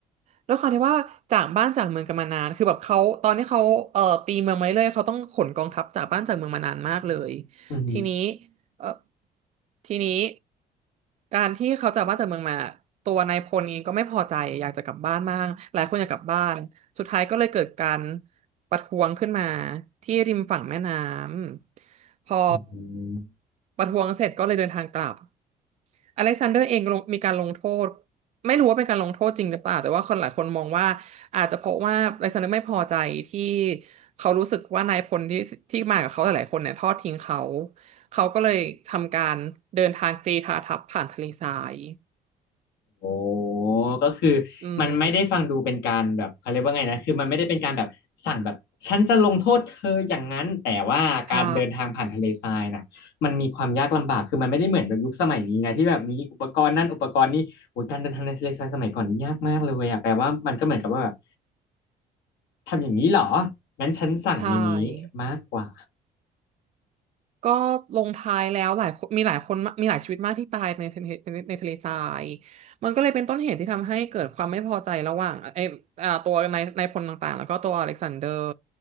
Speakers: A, on the right; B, on the left.
A: ด้วยความที่ว่าจากบ้านจากเมืองกันมานานคือแบบเขาตอนที่เขาเออตีเมืองมาเรื่อยเขาต้องขนกองทัพจากบ้านจากเมืองมานานมากเลย
B: อืม
A: ทีนี้เออทีนี้การที่เขาจากบ้านจากเมืองมาตัวนายพลเองก็ไม่พอใจอยากจะกลับบ้านมากหลายคนอยากกลับบ้านสุดท้ายก็เลยเกิดการประท้วงขึ้นมาที่ริมฝั่งแม่น้ำพอ
B: อืม
A: ประท้วงเสร็จก็เลยเดินทางกลับ อเล็กซานเดอร์เองลงมีการลงโทษไม่รู้ว่าเป็นการลงโทษจริงหรือเปล่าแต่ว่าคนหลายคนมองว่าอาจจะเพราะว่าอเล็กซานเดอร์ไม่พอใจที่เขารู้สึกว่านายพลที่ที่มากับเขาหลายๆคนเนี่ยทอดทิ้งเขาเขาก็เลยทำการเดินทางกรีธาทัพผ่านทะเลทราย
B: โอ้ก็คือมันไม่ได้ฟังดูเป็นการแบบเขาเรียกว่าไงนะคือมันไม่ได้เป็นการแบบสั่งแบบฉันจะลงโทษเธออย่างนั้น
A: อืม
B: แต่ว่าการเดินทางผ่านทะเลทรายน่ะมันมีความยากลำบากคือมันไม่ได้เหมือนแบบยุคสมัยนี้ไงที่แบบมีอุปกรณ์นั่นอุปกรณ์นี่โอ้ยการเดินทางในทะเลทรายสมัยก่อนนี่ยากมากเลยอะแปลว่ามันก็เหมือนกับว่าแบบ
A: ใช่
B: ทำอย่างนี้เหรองั้นฉันสั่งอย่างนี้มากกว่า
A: ใช่ ก็ลงท้ายแล้วหลายคนมีหลายคนมีหลายชีวิตมากที่ตายในทะเลในในทะเลทรายมันก็เลยเป็นต้นเหตุที่ทำให้เกิดความไม่พอใจระหว่างไอ้อ่าตัวนายนายพลต่างๆแล้วก็ตัวอเล็กซานเดอร์